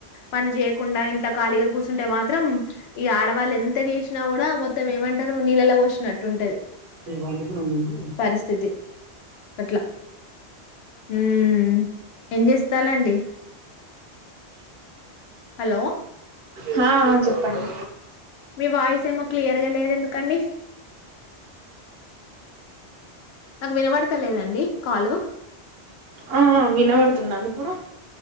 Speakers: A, on the left; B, on the right.
A: పని చేయకుండా ఇంట్లో ఖాళీగా కూర్చంటే మాత్ మాత్రం ఈ ఆడవాళ్ళు ఎంత చేసినా, కూడా మొత్తం ఏమంటారు నీళ్ళలో పోసినట్టుంటది.
B: పండుకొన ముందు
A: పరిస్థితి అట్లా ఉమ్మ్ ఏం చేస్తాలండి హలో
B: హా చెప్పండి
A: మీ వాయిస్ ఏమో క్లియర్గా లేదు ఎందుకండి నాకు వినబడతలేదండి కాలు
B: ఆ ఆ వినబడుతుంద
A: హ్మ్.
B: అండి ఇప్పుడు